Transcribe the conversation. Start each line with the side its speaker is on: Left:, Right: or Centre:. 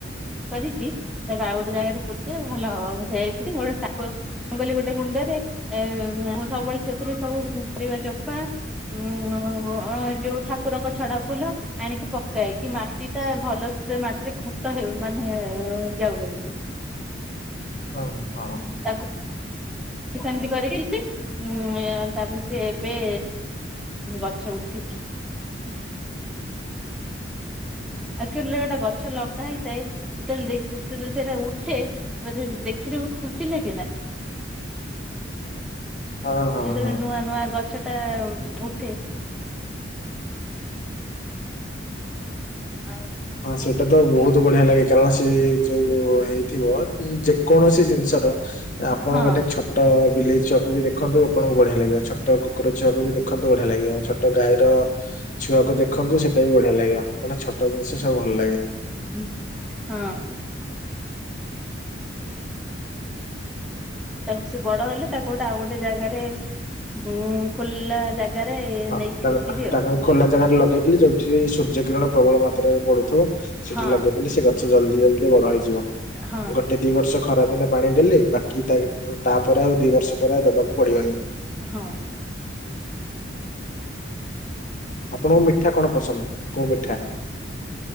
Centre: କରିକି ତାକୁ ଆଉ ଗୋଟେ ଜାଗାରେ ପୋତିଲେ ଭଲ ହବ। ମୁଁ ସେଥିଲି ଗୋଟେ ମୁଁ କହିଲି ଗୋଟେ ଗୁଣ୍ଡରେ ମୁଁ ସବୁବେଳେ ସେଥିରେ ସବୁ ପରିବା ଚୋପା ହଁଉ ଯୋଉ ଠାକୁରଙ୍କ ଛଡା ଫୁଲ ଆଣିକି ପ ପକାଏ କି ମାଟି ଟା ଭଲ ମାଟିରେ ଖତ ହେଉ ମାନେ ଯାଉ ବୋଲିକି।
Left: ହଁ। ହ। ହଁ।
Centre: ତାକୁ ସେମିତି କରିକି ଉ ତାପରେ ସେ ଏବେ ଗଛ ଉଠିଛି। ଏକ୍ଟୁଆଲି ଗୋଟା ଗଛ ଲଗା ହେଇଥାଏ। ସେତେବେଳେ ଯେତେବେଳେ ସେଇଟା ଉଠେ ମତେ ଦେଖିଲେ ବହୁତ ଖୁସି ଲାଗେ ନା?
Left: ହଁ ହଁ।
Centre: ଯେତଳେ
Left: ହଁ
Centre: ନୂଆ ନୂଆ ଗଛଟା ଉଠେ। ଆଉ
Left: ହଁ ସେଇଟା ତ ବୋହୁତ ବଢ଼ିଆ ଲାଗେ କାରଣ ସେ ଯୋଉ ହେଇଥିବ। ଉଁ ଯେକୌଣସି ଜିନିଷର ଆପଣ
Centre: ହଁ
Left: ଗୋଟେ ଛୋ ଟ ବିଲେଇ ଛଅକୁ ବି ଦେଖନ୍ତୁ ଆପଣଙ୍କୁ ବଢ଼ିଆ ଲାଗିବ ଛୋଟ କୁକୁର ଛୁଆକୁ ବି ଦେଖନ୍ତୁ ବଢ଼ିଆ ଲାଗିବ ଛୋଟ ଗାଈର ଛୁଆକୁ ଦେଖନ୍ତୁ ସେଟା ବି ବଢ଼ିଆ ଲାଗିବ କାରଣ ଛଟ ଜିନିଷ ସବୁ ଭଲ ଲାଗେ।
Centre: ଉଁ ହଁ। ତାକୁ ସେ ବଡ଼ ହେଲେ ତାକୁ ଗୋଟେ ଆଉ ଗୋଟେ ଜାଗାରେ ଉଁ ଖୋଲା ଜାଗାରେ
Left: ହଁ,
Centre: ନେଇକି
Left: ତା-
Centre: ପୋତିିବି ଆଉ।
Left: ତାକୁ ଖୋଲା ଜାଗାରେ ଲଗେଇଥିଲି ଯୋଉଠି ସୂର୍ଯ୍ୟ କିରଣ ପ୍ରବଳ ମାତ୍ରାରେ ପଡୁଥୁବ ସେଇଠି
Centre: ହଁ
Left: ଲଗେଇ ଦେଲେ ସେ ଗ ଛ ଜଲଦି ଜଲଦି ବଡ଼ ହେଇଯିବ
Centre: ହଁ
Left: ଗୋଟେ ଦି ବର୍ଷ ଖରା ଦିନ ପାଣି ଦେଲେ ବାକି ତାଗେ ଓ ତାପରେ ଆଉ ଦି ବର୍ଷ ପରେ ଆଉ ଦବାକୁ ପଡ଼ିବନି।
Centre: ହଁ। ହ
Left: ଆପଣଙ୍କୁ ମିଠା କଣ ପସନ୍ଦ କୋଉ ମିଠା?